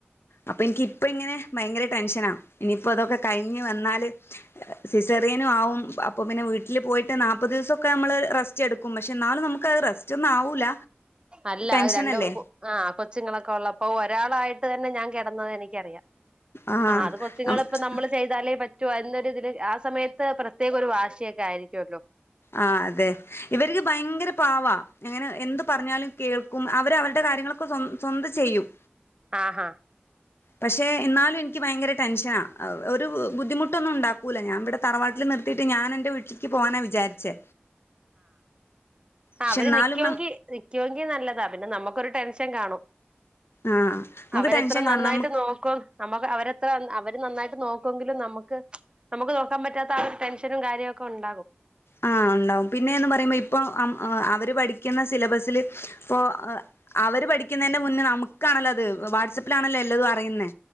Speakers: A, on the left (about 75°); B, on the right (about 25°).
A: അപ്പൊ എനിക്ക് ഇപ്പ ഇങ്ങനെ ഭയങ്കര ടെൻഷന ഇനിയിപ്പോ അതൊക്കെ കഴിഞ്ഞു വന്നാല് സിസേ എറിയനും അപ്പോൾ പിന്നെ വീട്ടിൽ പോയിട്ട് നാല്പ്പത് ദിവസമക്കെ നമ്മൾ റസ്റ്റ് എടുക്കും പക്ഷെ എന്നാലും നമുക്ക്ത് റസ്റ്റ് ആവൂല
B: അല്ല
A: ടെൻഷനല്ലേ
B: രണ്ട് ആ കൊച്ചുങ്ങളൊക്കെ ഉള്ളപ്പോ ഒരാളായിട്ട് തന്നെ ഞാൻ കിടന്ന എനിക്കറിയാം
A: ആഹ്
B: ആ അത് കൊച്ചുങ്ങ
A: ആഹ്
B: ഇപ്പ നമ്മള് ചെയ്താലേ റ്റൊ ഇതില് ആ സമയത്ത് പ്രത്യേക ഒരു വാശിയൊക്കെ ആയിരിക്കുമല്ലോ
A: ആ അതെ ഇവർക്ക് ഭയങ്കര പാവാ അങ്ങനെ എന്ത് പറഞ്ഞാലും കേൾക്കും അവര് അവരുടെ കാര്യങ്ങളൊക്കെ സ്വ സ്വന്തം ചെയ്യും
B: ആഹ്
A: പക്ഷെ എന്നാലും എനിക്ക് ഭയങ്കര ടെൻഷന ഒരു ബുദ്ധിമുട്ടൊന്നും ഉണ്ടാക്കൂല ഞാൻ ഇവിടെ തറവാട്ടിൽ നിർത്തിട്ട് ഞാൻ എന്റെ വീട്ടിലേക്ക് പോകാനാ വിചാരിച്ചേ പക്ഷെ
B: അവര്
A: എന്നാലും
B: നിക്കൊങ്കി നിക്കൊങ്കി നല്ലതാ പിന്നെ നമുക്കൊരു ടെൻ ൻ കാണും
A: ആഹ് നമുക്ക്
B: അവരെത്ര
A: ടെൻഷൻ കാണും
B: നന്നായിട്ട്
A: നമു
B: നോക്കും നമുക്ക് അവരെത്ര അവര് നന്നായിട്ട് നോക്കുമെങ്കിലും നമക്ക് നമുക്ക് നോക്കാൻ പറ്റാത്ത ആ ഒരു ടെൻഷനും കാര്യ ഒക്കെ ഉണ്ടാകും
A: ആ ഉണ്ടാവും പിന്നെയന്ന് പറയുമ്പോ ഇ പ്പോ അവര് പഠിക്കുന്ന സിലബസില് ഇപ്പോ അവര് പഠിക്കുന്നതിന്റെ മുന്നെ നമുക്ക് ആണല്ലോ അത് വാട്സആപ്പിലാണല്ലോല്ലത് അറിയുന്നേ